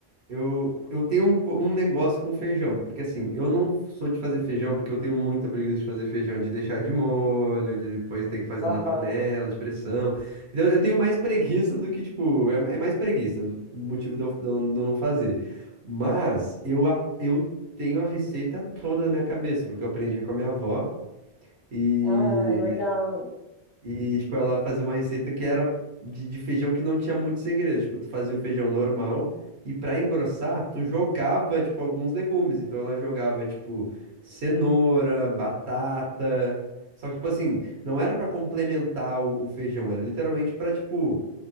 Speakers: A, on the right (about 60°); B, on the left (about 60°).
A: Eu, eu tenho um, um negócio com feijão, porque assim, eu não sou de fazer feijão porque eu tenho muita preguiça de fazer feijão, de deixar de molho, de depois ter que fazer
B: Aham.
A: na panela, de pressão. Então eu tenho mais <laughs> preguiça do que, tipo, é, é mais preguiça, o motivo de eu, de eu- de eu não fazer. Mas eu, a- eu tenho a receita toda na minha cabeça, porque eu aprendi com a minha avó E
B: Ah, é legal.
A: e, tipo, ela fazia uma receita que era de, de feijão que não tinha muito segredo. Tipo, tu fazia o feijão normal e pra engrossar, tu jogava, tipo, alguns legumes. Então ela jogava, tipo, cenoura, batata. Só que, tipo assim, não era pra complementar o, o feijão, era literalmente pra, tipo,